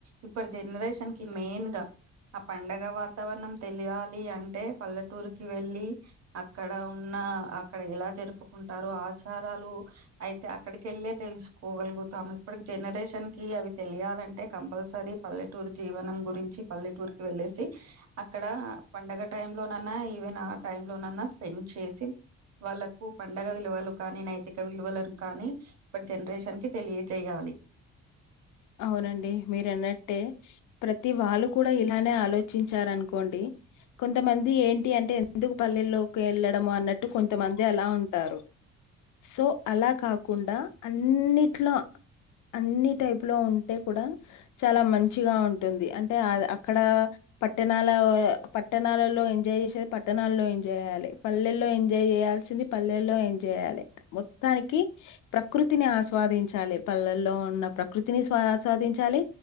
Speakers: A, on the right; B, on the left.
A: ఇప్పడ్ జనరేషన్కి మెయిన్గా ఆ పండగ వాతావరణం తెలియాలి అంటే పల్లెటూరుకి వెళ్ళి అక్కడ ఉన్నా అక్కడ ఎలా జరుపుకుంటారు ఆచారాలు అయితే అక్కడికి యెల్లే తెలుసుకోగలగు ఉతాము ఇప్పటి జనరేషన్కి అవి తెలియాలంటే కంపల్సరీ పల్లెటూరు జీవనం గురించి పల్లె టూర్కి వెళ్ళేసి అక్కడ పండగ టైమ్లోనన్నా ఈవెన్ ఆ టైలోనన్నా స్పెండ్ చేసి వాళ్ళలకు పండగ విలువలు కానీ నైతిక విలువలు కానీ ఇప్పటి జనరేషన్కి తెలియచేయాలి.
B: అవునండి మీరున్నట్టే ప్రతి వాళ్ళు కూడా ఇలానే ఆలోచించారనుకోండి కొంతమంది ఏంటి అంటే ఎందుకు పల్లెల్లోకి వెళ్ళడం అన్నట్ టు కొంతమంది అలా ఉంటారు సో అలా కాకుండా అన్నిట్లో అన్ని టైప్ లో ఉంటే కూడా చాలా మంచిగా ఉంటుంది అంటే అద అక్కడ పట్టణాల పట్టణాలలో ఎంజాయ్ చేసే పట్టణల్లో ఎంజాయ్ చేయాలి పల్లెల్లో ఎంజాయ్ చేయాల్సింది పల్లెలో జేయాలి మొత్తానికి ప్రకృతిని ఆస్వాదించాలి పల్లెల్లో ఉన్న ప్ర కృతిని స్వా స్వాదించాలి